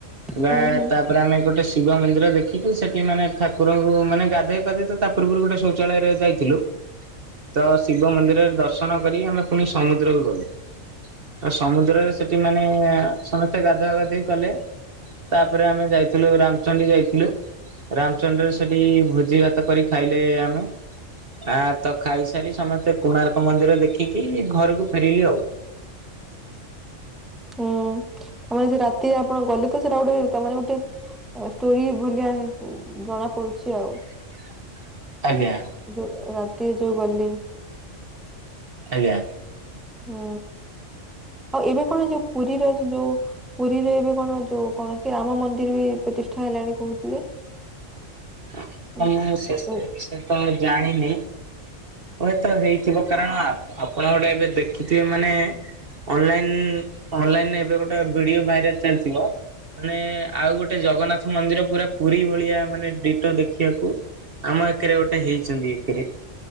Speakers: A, on the right; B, in the centre.
A: ବା
B: ହୁଁ ହୁଁ
A: ତାପରେ ଆମେ ଗୋଟେ ଶିବ ମନ୍ଦିର ଦେଖିଲୁ ସେ ମାନେ ଠାକୁରଙ୍କୁ ମାନେ ଗାଧୋଇ ପାଧେଇ ତ ତା ପୂର୍ବରୁ ଗୋଟେ ଶୌଚାଳୟରେ ଯାଇଥିଲୁ। ତ ଶିବ ମନ୍ଦିରରେ ଦ ର୍ଶନ କରି ଆମେ ପୁଣି ସମୁଦ୍ରକୁ ଗଲୁ ଆଉ ସମୁଦ୍ରରେ ସେଠି ମାନେ ସ ସେ ଗାଧୁଆ ଗାଧେଇ କଲେ ତାପରେ ଆମେ ଯାଇଥିଲୁ ରାମଚଣ୍ଡୀ ଯାଇଥିଲୁ। ରାମଚଣ୍ଡିରେ ସେଠି ଭୋଜି ଭାତ କରି ଖାଇଲେ ଆମେ। ଆ ତ ଖାଇସାରି ସମସ୍ତେ କୋଣାର୍କ ମନ୍ଦିର ଦେଖିକି ଘରକୁ ଫେରିଲି ଆଉ।
B: ହୁଁ। ତାମାନେେ ସେ ରାତି ଆପଣ ଗଲେ ତ ସେଟା ଗୋଟେ ଗୋଟେ ଷ୍ଟୋରି ଭଳିଆ ଜଣା ପଡୁଛି ଆଉ।
A: <inaudible> ଆଜ୍ଞା
B: ଯୋଉ ରାତିରେ ଯୋଉ ଗଲି
A: ଆଜ୍ଞା।
B: ହୁଁ ଆଉ ଏବେ କଣ ଯୋଉ ପୁରୀର ଯୋଉ ପୁରୀର ଏବେ କଣ ଯୋଉ କଣ କି ରାମ ମନ୍ଦିର ବି ପ୍ରତିଷ୍ଠା ହେଲାଣି କହୁଥିଲେ।
A: ଆପଣ
B: ହୁଁ
A: ମୁଁ ସେ ସେ
B: ହୁଁ
A: ବିଷୟ ତ ଜାଣିନି। ହୁଏତ ହେଇଥିବ କାରଣ ଆପଣ ଗୋଟେ ଏବେ ଦେଖିଥିବେ ମାନେ ଅନଲାଇନ ଅନଲାଇନରେ ଏବେ ଗୋଟେ ଭିଡିଓ ଭାଇରାଲ ଚାଲିିଥିବ ମାନେ ଆଉ ଗୋଟେ ଜଗନ୍ନାଥ ମନ୍ଦିର ପୁରା ପୁରୀ ଭଳିଆ ମାନେ ଦେଖିବାକୁ ଆମ ଏକରେ ଗୋଟେ ହେଇଛନ୍ତି ଏଥିରେ